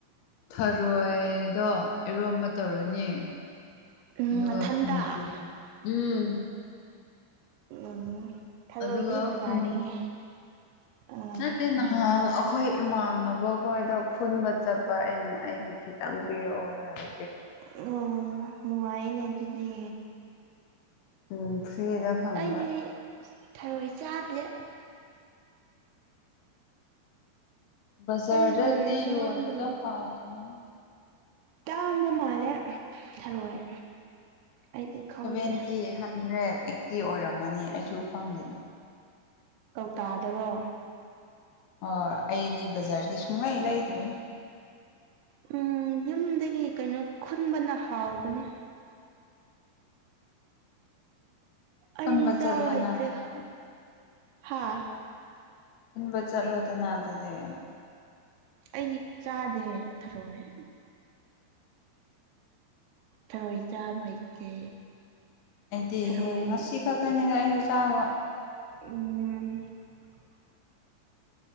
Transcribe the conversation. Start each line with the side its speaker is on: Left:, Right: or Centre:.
Left: ꯊꯔꯣꯏꯗꯣ ꯏꯔꯣꯟꯝꯕ ꯇꯧꯔꯅꯤ
Right: ꯎꯝ
Left: ꯑꯗꯨꯒ
Right: ꯅꯊꯟꯇ
Left: ꯈꯣꯡꯆꯨ ꯎꯝ
Right: ꯎꯝ ꯊꯔꯣꯏꯗꯤ
Left: ꯑꯗꯨꯒ
Right: ꯕꯖꯥꯔꯗꯒꯤ
Left: ꯈꯨꯡ
Right: ꯑꯥ
Left: ꯅꯠꯇꯦ ꯅꯍꯥꯟ ꯑꯩꯈꯣꯏ ꯏꯃꯥꯟꯅꯕꯈꯣꯏꯗ ꯈꯨꯟꯕ ꯆꯠꯄ ꯑꯩꯅ ꯑꯩꯒꯤ ꯈꯤꯇꯪ ꯄꯤꯔꯛꯑꯣ ꯍꯥꯏꯕ꯫
Right: ꯑꯣ ꯅꯨꯡꯉꯥꯏꯅꯦ ꯑꯗꯨꯗꯤ꯫
Left: ꯎꯝ ꯐ꯭ꯔꯤꯗ ꯐꯪꯕ꯫
Right: ꯑꯩꯗꯤ ꯊꯔꯣꯏ ꯆꯥꯗꯦ꯫
Left: ꯕꯖꯥꯔꯗꯗꯤ
Right: ꯑꯩꯗꯤ ꯊꯔꯣꯏ ꯆꯥꯗꯕ
Left: ꯌꯣꯟꯕꯗꫭ ꯍꯥꯎꯗꯕꯅꯤ꯫
Right: ꯇꯥꯡꯕ ꯃꯥꯜꯂꯦ ꯊꯔꯣꯏ꯫ ꯑꯩꯗꯤ ꯈꯪꯗꯦ
Left: ꯁꯚꯦꯟꯇꯤ ꯍꯟꯗ꯭ꯔꯦꯗ ꯑꯩꯠꯇꯤ ꯑꯣꯏꯔꯝꯃꯅꯤ ꯑꯩꯁꯨ ꯈꯪꯗꯦ꯫
Right: ꯀꯧꯇꯥꯗꯔꯣ꯫
Left: ꯑꯣ ꯑꯩꯗꯤ ꯕꯖꯥꯔꯗꯩ ꯁꯨꯡꯂꯩ ꯂꯩꯗ꯭ꯔꯤ꯫
Right: ꯎꯝ ꯌꯨꯝꯗꯒꯤ ꯀꯩꯅꯣ ꯈꯨꯟꯕꯅ ꯍꯥꯎꯕꯅꯦ꯫ ꯑꯩꯗꯤ
Left: ꯈꯨꯟꯕ
Right: ꯆꯥꯕ
Left: ꯆꯠꯂꯣꯅ
Right: ꯍꯥꯏꯇꯦ
Left: ꯅꯪ
Right: ꯍꯥꯥ꯫
Left: ꯈꯨꯟꯕ ꯆꯠꯂꫭꯗꯅꯥ ꯑꯗꯨꯗꯤ꯫
Right: ꯑꯩ ꯆꯥꯗꯦ ꯊꯔꯣꯏ꯫ ꯊꯔꯣꯏ ꯆꯥꯕ ꯍꯩꯇꯦ꯫
Left: ꯑꯩꯗꯤ
Right: ꯊꯔꯣꯏ
Left: ꯉꯁꯤ ꯈꯛꯇꯅꯤꯅꯦ ꯑꯩꯁꯨ ꯆꯥꯕ꯫
Right: ꯏ <unintelligible>